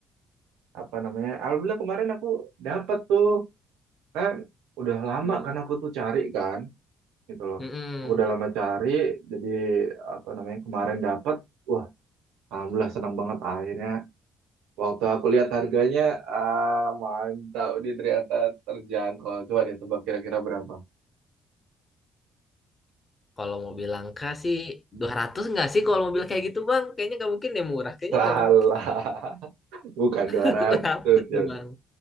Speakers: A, on the right; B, on the left.
A: apa namanya? Alhamdulillah kemarin aku dapat tuh. Kan udah lama
B: <laughs>
A: kan aku tuh cari kan gitu loh.
B: Mm-mm.
A: Aku udah lama cari jadi apa namanya? Kemarin dapat. Wah, alhamdulillah senang banget akhirnya. Waktu aku lihat harganya, ah mantap nih ternyata terjangkau. Coba deh tebak kira-kira berapa?
B: Kalau mobil langka sih 200 nggak sih kalau mobil kayak gitu Bang? Kayaknya nggak mungkin deh murah. Kayaknya
A: Salah,
B: nggak mungkin.
A: <laughs> bukan dua
B: <laughs>
A: ratus
B: Berapa tuh
A: ya.
B: Bang?